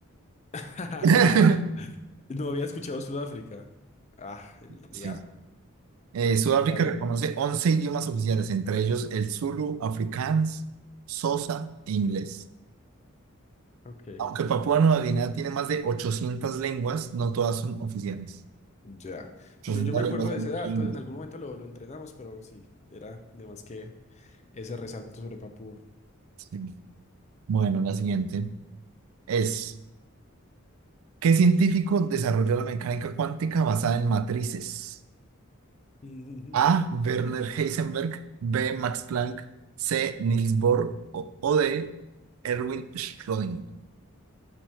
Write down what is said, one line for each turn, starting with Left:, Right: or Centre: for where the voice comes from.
Left: <laughs>
Right: <laughs>
Left: No había escuchado Sudáfrica. Ah, el día.
Right: Sí. Eh, Sudáfrica
Left: Está bien.
Right: reconoce 11 idiomas oficiales, entre ellos el Zulu, Afrikaans, Xhosa e inglés.
Left: Ok.
Right: Aunque Papúa Nueva Guinea tiene más de 800 lenguas, no todas son oficiales.
Left: Ya. Pues
Right: 800
Left: Yo, yo me acuerdo
Right: lenguas son
Left: de ese
Right: muchas
Left: dato,
Right: lenguas.
Left: en algún momento lo, lo entrenamos, pero sí, era de más que ese resalto sobre Papúa.
Right: Sí. Bueno, la siguiente es. ¿Qué científico desarrolló la mecánica cuántica basada en matrices?
Left: <laughs> Ujú.
Right: A. Werner Heisenberg, B. Max Planck, C. Niels Bohr o, o D. Erwin Schrödinger.